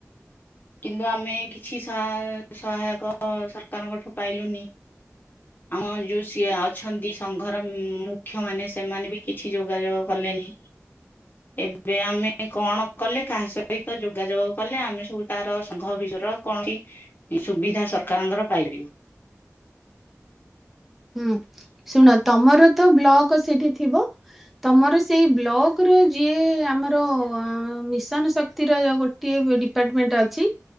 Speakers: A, on the left (about 40°); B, in the centre.
A: କିନ୍ତୁ ଆମେ କିଛି ସହା ସହାୟକ ସରକାରଙ୍କଠୁ ପାଇଲୁନି ଆମ ଯୋଉ ସିଏ ଅଛନ୍ତି ସଂଘର ମୁଖ୍ୟ ମାନେ ସେମାନେ ବି କିଛି ଯୋଗାଯୋଗ କଲେନି। ଏବେ ଆମେ କଣ କଲେ କାହା ସହିତ ଯୋଗାଯୋଗ କଲେ ଆମେ ସବୁ ତାର ସଂଘ ବିଷ କୌଣସି ସୁବିଧା ସରକାରଙ୍କର ପାଇପାରିବୁ।
B: ହୁଁ ଶୁଣ ତମର ତ ବ୍ଲକ ସେଇଠି ଥିବ ତମର ସେଇ ବ୍ଲକ ର ଯିଏ ଆମର ମିଶନ ଶକ୍ତିର ଗୋଟିଏ ଡିପାର୍ଟମେଣ୍ଟ ଅଛି।